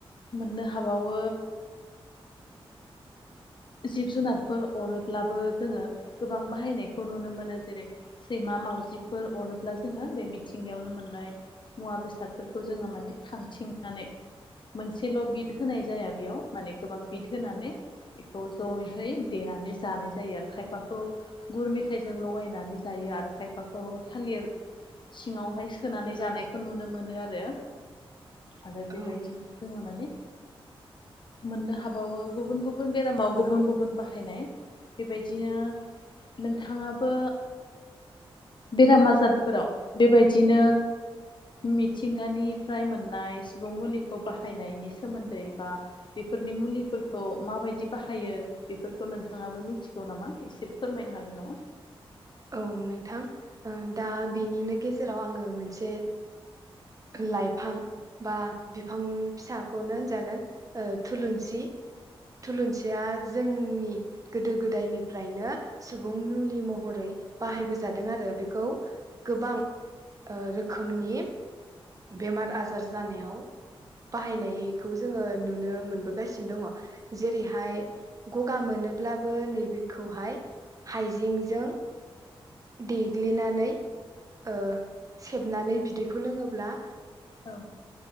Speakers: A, on the left; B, on the right.
A: मोननो हाबावो जिब जुनारफोर अरोब्लाबो जोंङो गोबां बाहायनायखौ नुनो मोनो जेरै सैमा मावजिफोर अरोब्ला जोंङो बे मिथिंगायावनो मोननाय मुवा बेसादफोरखौ जोंङो माने खांथिंनानै मोनसेल बिद होनाय जाया बेयाव माने गोबां बिद होनानै बेखौ जयहै देनानै जानाय जायो आरो खायफाखौ गुर मेथायजों लगायनानै जायो आ आरो खायफाखौ थालिर सिंयावहाय सोनानै जानायखौ नुनो मोनो आरो। आरो बेबायदिनो
B: औ
A: जोंङो माने मोननो हाबावो गुबुन गुबुन गुबुन बेरामाव गुबुन गुबुन बाहायनाय बेबायदिनो नोंथांङाबो बेराम आजा मिथिंगानिफ्राय मोननाय सुबुं मुलिखौ बाहायनायनि सोमोन्दै बा बे फोरनि मुलिफोरखौ माबायदि बाहायो बेफोरखौ नोंथांङाबो मिथिगौ नामा एसे फोरमायनो हागोन नामा?
B: औ नोंथां ओ दा बिनिनो गेजेराव आंङो मोनसे लाइफां बा बिफां फिसाखौनो होनजागोन ओ थुलुंसि थुलुंसिया जोंनि गोदो गोदायनिफ्रायनो सुबुं मुलि महरै बाहायबोजादों आरो बेखौ गोबां ओ रोखोमनि बेमार आजार जानायाव बाहायनायखौ जोंङो नुनो मोनबोगासिनो दंङ जेरैहाय गगा मोनोब्लाबो नैबेखौहाय हाइजेंजों देग्लिनानै ओ सेबनानै बिदैखौ लोंङोब्ला
A: औ